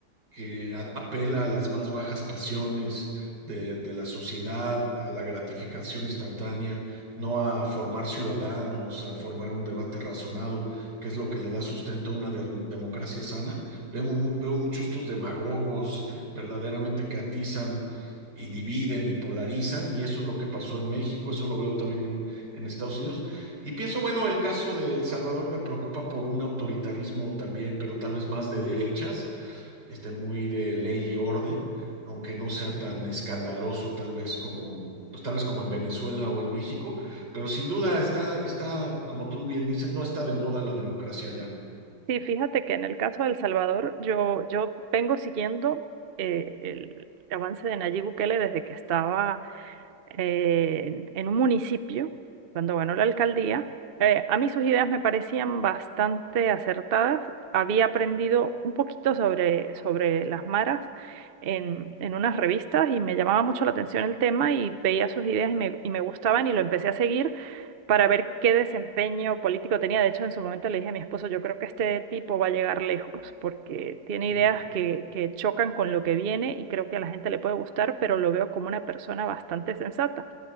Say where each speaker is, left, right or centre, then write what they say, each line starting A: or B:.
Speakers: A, on the right; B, on the right.
A: que a- apela a las más bajas pasiones de, de la sociedad, a la gratificación instantánea, no a formar ciudadanos, a formar un debate razonado, que es lo que le da sustento a una der- democracia sana. Vemos mu- veo muchos estos demagogos verdaderamente que atizan. y dividen y polarizan, y eso es lo que pasó en México, eso lo veo también en, en Estados Unidos. Y pienso, bueno, el caso de El Salvador me preocupa por un autoritarismo también, pero tal vez más de derechas, este, muy de ley y orden, aunque no sea tan escandaloso tal vez como, pues tal vez como en Venezuela o en México, pero sin duda está, está, como tú bien dices, no está de moda la democracia ya.
B: Sí, fíjate que en el caso de El Salvador, yo, yo vengo siguiendo eh, el avance de Nayib Bukele desde que estaba eh, en en un municipio, cuando ganó la alcaldía, eh, a mí sus ideas me parecían bastante acertadas. Había aprendido un poquito sobre, sobre las maras en, en unas revistas y me llamaba mucho la atención el tema y veía sus ideas y me, y me gustaban y lo empecé a seguir para ver qué desempeño político tenía. De hecho, en su momento le dije a mi esposo, yo creo que este tipo va a llegar lejos porque tiene
A: Sí,
B: ideas que, que chocan con lo que viene y creo que a la gente le puede gustar, pero lo veo como una persona bastante sensata.